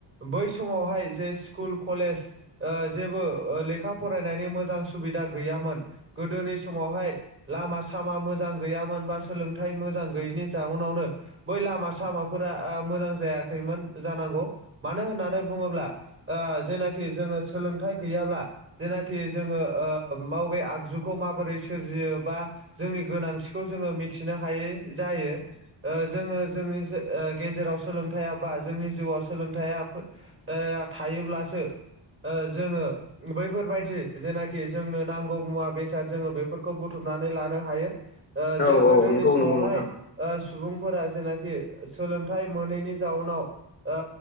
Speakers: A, on the right (about 25°); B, on the left (about 20°).
A: बै समावहाय जे स्कुल कलेज ओ जेबो लेखा फरायनायनि मोजां सुबिदा गैयामोन। गोदोनि समावहाय लामा सामा मोजां गैयामोन बा सोलोंथाइ मोजां गैयैनि जाउनावनो बै लामा सामाफोरा मोजां जायाखैमोन जानांगौ मानो होननानै बुङोब्ला ओ जेनाखि जोङो सोलोंथाइ गैयाब्ला जेनाखि जोङो ओ माव आगजुखौ माबोरै सोरजियो बा जोंनि गोनांथिखौ जोङो मिथिनो हायै जायो जोङो जों गेजे-गेजेराव सोलोंथायाबा जोंनि जिउ सोलोंथाइया फो ओ थायोब्लासो जोङो बैफोरबायदि जेना खि जोंनो नांगौ मुवा बेसाद जोङो बेफोरखौ बुथुमनानै लानो हायो। जे
B: औ
A: गोदोनि
B: औ नंगौ
A: समावहाय
B: नंगौ नोंथां
A: ओ सुबुंफोरा जेनाखि सोलोंथाइ मोनैनि जाउनाव ओ